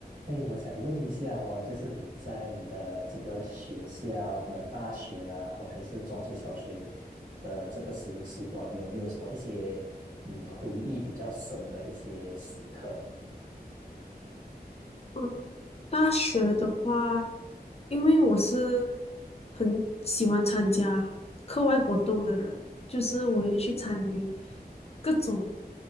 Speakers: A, on the right; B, on the left.
A: 哎，我想问一下哦，就是你在你的这个学校，可能大学啦，或还是中学、小学的这个时时光，你有没有什么一些你回忆比较深的一些时刻？
B: 嗯，大学的话，因为我是很喜欢参加课外活动的人，就是我会去参与各种